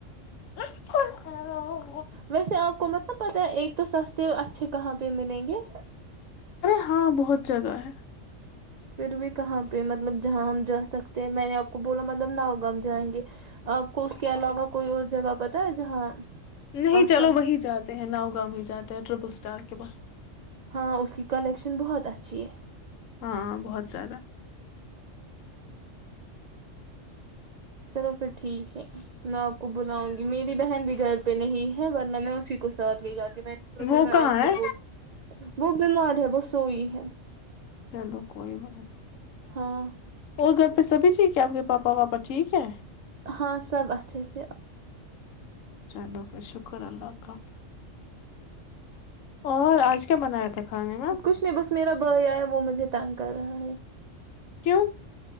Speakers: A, on the left (about 85°); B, on the right (about 85°).
A: و <inaudible>
B: ویسے آپ کو مت پتا ایک تو سستے اور اچھے کہاں پہ ملیں گے
A: ارے ہاں بہت جگہ ہے
B: پھر بھی کہاں پہ مطلب جہاں ہم جا سکتے ہیں میں نے آپ کو بولا مطلب ناؤگام جائیں گے آپ کو اس کے علاوہ کوئی اور جگہ پتاہ ہے جہاں
A: نہیں
B: آسان
A: چلو وہی جاتے ہیں ناؤگام مے جاتے ہیں ٹرپل اسٹار کے پاس
B: ہاں اس کی کلیکشن بہت اچھی ہے
A: ہاں بہت زیادہ
B: چلو پھر ٹھیک ہے میں آپ کو بلاؤں گی میری بہن بھی گھر پہ نہیں ہے ورنہ میں اسی کو ساتھ لے جاتی ہ میں نے سوچا
A: وہ
B: میں
A: کہاں
B: آپ
A: ہے
B: کو بول ب بیمار ہے وہ سوئی ہے
A: چلو کوئی بات نہیں
B: ہاں
A: اور گھر پہ سبھی ٹھیک کیا آپ کے پاپا واپا ٹھیک ہے
B: ہاں سب اچھے سے
A: چلو پھر شکر اللہ کا اور آج کیا منایا تھا کھانے میں
B: کچھ نہیں بس میرا بھائی آیا وہ مجھے تنگ کر رہا ہے
A: کیوں